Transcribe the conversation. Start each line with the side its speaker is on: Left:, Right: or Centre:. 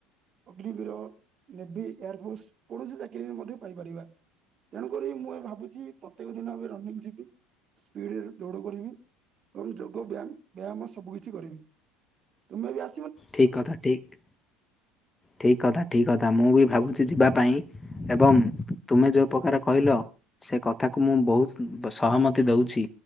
Right: ଅଗ୍ନିବୀର ନେଭି ଏୟାରଫୋର୍ସ କୌଣସି ଚାକିରୀ ରେ ମଧ୍ୟ ପାଇପାରିବା। ତେଣୁକରି ମୁଁ ଏବେ ଭାବୁଛି ପ୍ରତ୍ୟେକ ଦିନ ଏବେ ରନିଂ ଯିବି ସ୍ପିଡରେ ଦୌଡ କରିବି ଏବଂ ଯୋଗ ବ୍ୟାୟାମ ବ୍ୟାୟାମ ସବୁ କିଛି କରିବି ତମେବି ଆ
Left: ଠିକ କଥା ଠିକ ଠିକ୍ କଥା ଠିକ୍ କଥା ମୁଁ ବି ଭାବୁଛି ଯିବା ପାଇଁ ଏବଂ ତୁମେ ଯେଉଁ ପ୍ରକାର କହିଲ ସେ କଥାକୁ ମୁଁ ବହୁତ ସହମତି ଦଉଛି